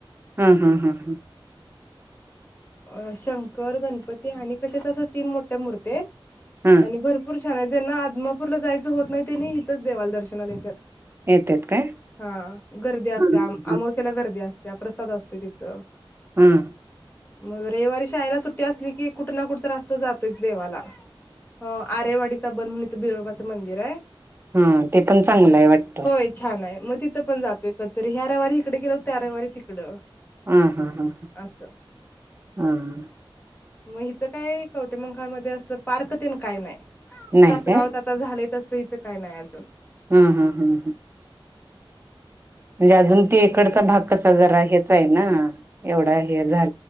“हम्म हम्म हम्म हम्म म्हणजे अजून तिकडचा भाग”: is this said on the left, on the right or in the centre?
Right